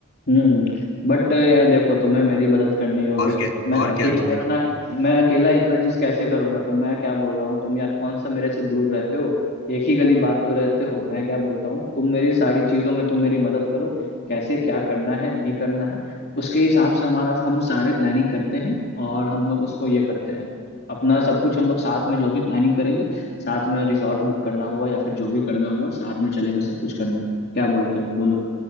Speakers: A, on the left; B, on the left.
A: हम्म बट यार देखो तुम्हें मेरी मदद करनी होगी
B: और क्या
A: मैं
B: और
A: अकेला
B: क्या तुम
A: इतना मैं अकेला इतना चीज कैसे करूंगा तो मैं क्या बोल रहा हूँ तुम यार कौन सा मेरे से दूर रहते हो एक ही गली बात तो रहते हो मैं क्या बोलता हूँ तुम मेरी सारी चीजों में तुम मेरी मदद करो कैसे क्या करना है नहीं करना है उसके हिसाब से हमारा हम सारे प्लानिंग करते हैं और हम लोग उसको ये करते हैं अपना सब कुछ हम लोग साथ में जो भी प्लानिंग करेंगे साथ में रिजॉर्ट बुक करना हुआ या फिर जो भी करना हुआ साथ में चलेंगे सब कुछ करने क्या बोलते हो बोलो